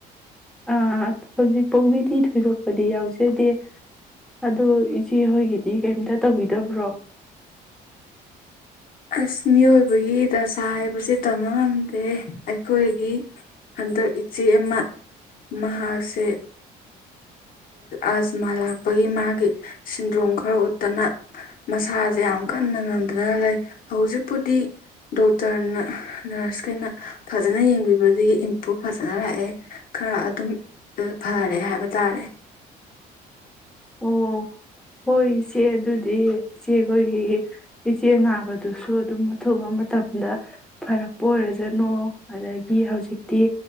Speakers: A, in the centre; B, on the left.
A: ꯑꯥ ꯍꯧꯖꯤꯛꯐꯥꯎꯒꯤꯗꯤ ꯊꯣꯏꯗꯣꯛꯄꯗꯤ ꯌꯥꯎꯖꯗꯦ ꯑꯗꯣ ꯏꯆꯦꯍꯣꯏꯒꯤꯗꯤ ꯀꯩꯝꯇ ꯇꯧꯕꯤꯗꯕ꯭ꯔꯣ
B: ꯑꯁ ꯃꯤꯑꯣꯏꯕꯒꯤ ꯗꯁꯥ ꯍꯥꯏꯕꯁꯤꯦ ꯇꯝ ꯉꯝꯗꯦ ꯑꯩꯈꯣꯏꯒꯤ ꯍꯟꯗꯛ ꯏꯆꯦ ꯑꯃ ꯃꯍꯥꯛꯁꯦ ꯑꯁꯃꯥ ꯂꯥꯛꯄꯒꯤ ꯃꯥꯒꯤ ꯁꯤꯟꯗ꯭ꯔꯣꯡ ꯈꯔ ꯎꯠꯇꯅ ꯃꯁꯥꯁꯦ ꯌꯥꯝ ꯀꯟꯅ ꯉꯝꯗꯅ ꯂꯩ ꯍꯧꯖꯤꯛꯄꯨꯗꯤ ꯗꯣꯛꯇꯔꯅ ꯅꯔꯁꯈꯩꯅ ꯐꯖꯅ ꯌꯦꯡꯕꯤꯕꯗꯒꯤ ꯏꯝꯄ꯭ꯔꯨꯨꯞ ꯐꯖꯅ ꯂꯥꯛꯑꯦ ꯈꯔ ꯑꯗꯨꯝ ꯐꯔꯦ ꯍꯥꯏꯕ ꯇꯥꯔꯦ
A: ꯑꯣ ꯍꯣꯏ ꯏꯆꯦ ꯑꯗꯨꯗꯤ ꯏꯆꯦꯈꯣꯏꯒꯤ ꯏꯆꯦ ꯅꯥꯕꯗꯨꯁꯨ ꯑꯗꯨꯝ ꯑꯊꯨꯕ ꯃꯇꯝꯗ ꯐꯔꯛꯄ ꯑꯣꯏꯔꯖꯅꯨ ꯑꯗꯒꯤ ꯍꯧꯖꯤꯛꯇꯤ